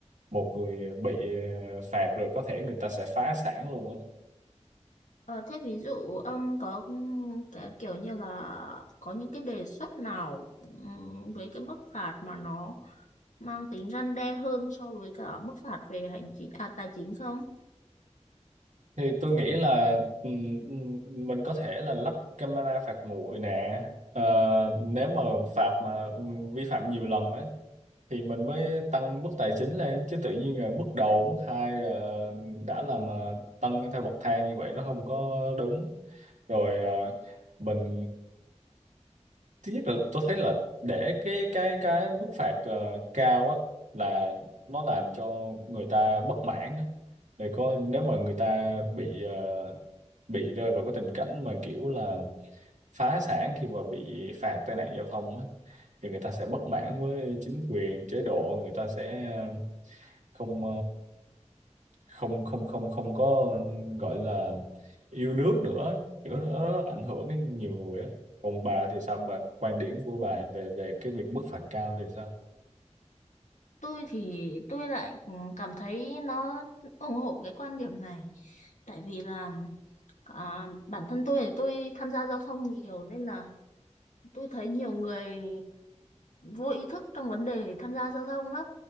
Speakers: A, on the right; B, on the left.
A: một người bị ờ, phạt rồi có thể người ta sẽ phá sản luôn á
B: Ờ, thế ví dụ ông có ừ, cái kiểu như là có những cái đề xuất nào ừm, với cái mức phạt mà nó mang tính răn đe hơn so với cả mức phạt về hành chính à tài chính không?
A: thì tôi nghĩ là ừm, ừm, mình có thể là lắp camera phạt nguội nè Ờ, nếu mà phạt mà ừm, vi phạm nhiều lần ấy thì mình mới tăng mức tài chính lên chứ tự nhiên là mức đầu mức hai là đã là mà tăng theo bậc thang như vậy nó không có đúng rồi ờ, mình thứ nhất là tôi thấy là để cái cái cái mức phạt ờ, cao á là nó làm cho người ta bất mãn á. Rồi có nếu mà người ta bị ờ, bị rơi vào cái tình cảnh mà kiểu là phá sản khi mà bị phạt tai nạn giao thông á thì người ta sẽ bất mãn với chính quyền chế độ người ta sẽ ờ, không không không không không có gọi là yêu nước nữa kiểu nó rất ảnh hưởng đến nhiều người á còn bà thì sao bà quan điểm của bà về về cái việc mức phạt cao thì sao
B: Tôi thì tôi lại ừm, cảm thấy nó ủng hộ cái quan điểm này tại vì là à, bản thân tôi thì tôi tham gia giao thông nhiều nên là tôi thấy nhiều người vô ý thức trong vấn đề tham gia giao thông lắm